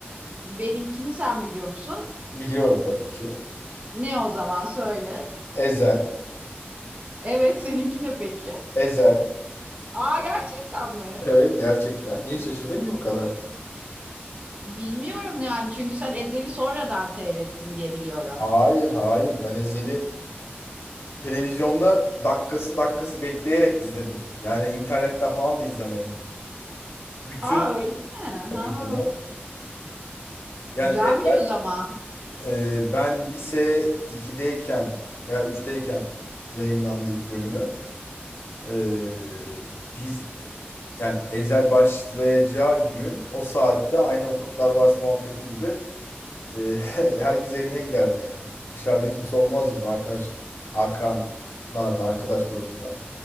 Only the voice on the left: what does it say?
Biliyorum tabii ki.
Ezel,
Ezel.
Evet gerçekten. Niye şaşırdın ki bu kadar?
Hayır, hayır. Ben Ezel'i televizyonda dakikası dakikası bekleyerek izledim. Yani internetten falan da izlemedim. Bütün
tabii canım. Yani
elden,
e, ben lise 2'deyken veya 3'teyken yayınlandı iki bölümü. E, biz e, yani Ezel başlayacağı gün o saatte aynı o Kurtlar Vadisi muhabbeti gibi e, <laughs> herkes evine giderdi yani. Dışarıda kimse olmaz bizim arkadaş akranlardan, arkadaş grubundan.